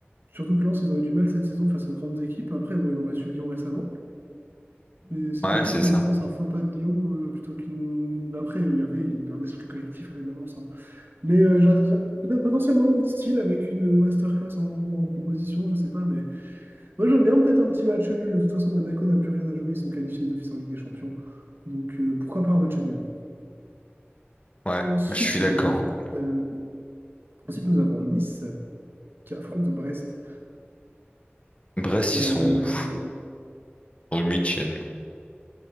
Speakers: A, on the right; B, on the left.
A: Surtout que Lens, ils ont eu du mal cette saison face aux grandes équipes. Après, bon, ils ont battu Lyon récemment. Mais c'était
B: Ouais,
A: plus,
B: c'est
A: je
B: ça.
A: pense, un faux pas de Lyon euh, plutôt qu'une. Après, il y avait une- un esprit collectif quand même à Lens. hein. Mais euh, j'a- j'a- peut-être potentiellement une style avec une masterclass en, en composition, je sais pas. Mais moi, j'aime bien peut-être un petit match nul. De toute façon, Monaco n'a plus rien à jouer. Ils sont qualifiés d'office en Ligue des Champions. Donc, euh, pourquoi pas un match nul?
B: Ouais,
A: Ensuite,
B: je suis d'accord.
A: nous avons, euh, ensuite, nous avons Nice qui affronte Brest.
B: Brest,
A: Euh,
B: ils sont où? Ils sont huitièmes.